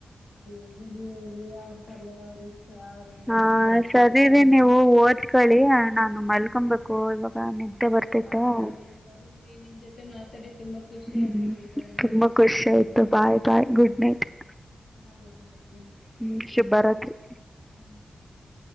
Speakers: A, on the left (about 90°); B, in the centre.
A: ದೇವಗಿರಿ ಅಲ್ಲಿ ಅವ್ರ ತಲೆ ಅವ್ರ ಇಷ್ಟ ಅವ್ರ ಹೆಂಗಾದ್ರು
B: ಹಾ
A: ಬದ್ಕೊಳಿ.
B: ಸರಿ
A: <inaudible>
B: ರೀ ನೀವು ಓದಕೊಳ್ಳಿ ನಾನು ಮಲ್ಕೊಬೇಕು ಇವಾಗ <inaudible> ನಿದ್ದೆ ಬರ್ತೈತೇ
A: ಹೌದಾ
B: ಹೂ <inaudible>
A: ರೀ ಸರಿ ರೀ ನಿಮ್ ನಿಮ್ ಜೊತೆ ಮಾತಾಡಿ ತುಂಬಾ ಖುಷಿ
B: ಹೂ
A: ಆಯ್ತು ರೀ ಬಾಯ್
B: ತುಂಬಾ ಖುಷಿ ಆಯ್ತು ಬಾಯ್ ಬಾಯ್ ಗುಡ್ ನೈಟ್. <inaudible>
A: ಹಾ ಗುಡ್ ನೈಟ್ ರೀ. <inaudible>
B: ಹೂ ಶುಬ್ಬ ರಾತ್ರಿ. <inaudible>
A: ಹ <inaudible>